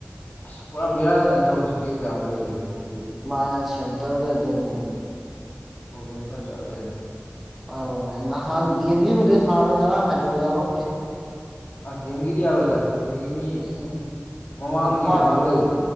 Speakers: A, on the left; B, in the centre.
A: ꯑꯁ ꯄꯨꯔꯥ ꯕꯦꯔꯥꯅꯤ ꯅꯠꯇ꯭ꯔꯣ ꯍꯧꯖꯤꯛꯀꯤ ꯑꯦꯛꯖꯥꯝꯈꯩꯁꯦ ꯍꯥꯏꯗꯤ
B: ꯃꯥꯅ ꯁꯟꯇꯔꯒꯔꯖꯕꯨꯝ
A: ꯄ꯭ꯔꯣꯕ꯭ꯂꯦꯝ ꯐ ꯆꯠꯂꯦ
B: ꯑ ꯅꯍꯥꯟ ꯗꯦꯝꯁꯤꯕꯨꯗꯤꯩ ꯊꯥꯔꯣꯏ ꯉꯔꯥꯡ ꯍꯥꯏꯗꯣꯔꯦ ꯌꯥꯎꯔꯛꯇꯦ
A: ꯑꯁ ꯗꯦꯝꯒꯤꯗꯤ ꯌꯥꯔꯣꯏꯗ ꯗꯦꯝꯒꯤ ꯃꯤ
B: ꯎꯝ
A: ꯃꯃꯥꯡꯒꯤ
B: ꯅꯤꯄꯥꯟ
A: ꯃꯃꯥꯡꯗ
B: ꯈꯛ ꯑꯣꯏꯌꯦ